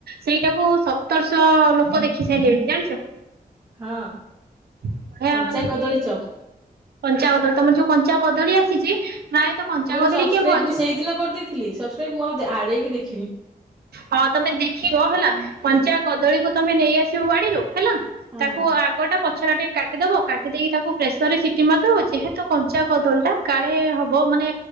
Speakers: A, on the right (about 85°); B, on the right (about 20°).
A: ସେଇଟା ସତରଶହ ଲୋକ ଦେଖି ସାରିଲେଣି ଜାଣିଛ
B: ହଁ
A: ବଢିଆ
B: କଞ୍ଚା
A: ମାନେ
B: କଦଳୀ
A: ସେ
B: ଚପ୍
A: କଞ୍ଚା କଦଳୀ ତମର ଯୋଉ କଞ୍ଚା କଦଳୀ ଆସିଛି। ପ୍ରାୟତଃ କଞ୍ଚା
B: ମୁଁ
A: କଦଳୀ
B: ସବସ୍କ୍ରାଇବ
A: କିଏ ଭଜା
B: ମୁଁ ସେଇଦିନ କରିଦେଇଥିଲି ସବସ୍କ୍ରାଇବ ମୁଁ ଆଉ ଆଡ଼େଇକି ଦେଖିନି
A: ହଁ ତମେ ଦେଖିବ ହେଲା। କଞ୍ଚା କଦଳୀକୁୁ ତମେ ନେଇ ଆସିବ ବାଡିରୁ ହେଲା
B: ହଁ
A: ତାକୁ
B: ହଁ
A: ଆଗଟା ପ ପଛ ଟା ଟିକେ କାଟିଦବ କାଟିଦେଇକି ତାକୁ ପ୍ରେସର ରେ ସିଟି ମାରିଦବ ଯେହେତୁ କଞ୍ଚା କଦଳୀ ଟା କାଳେ ହବ ମାନେ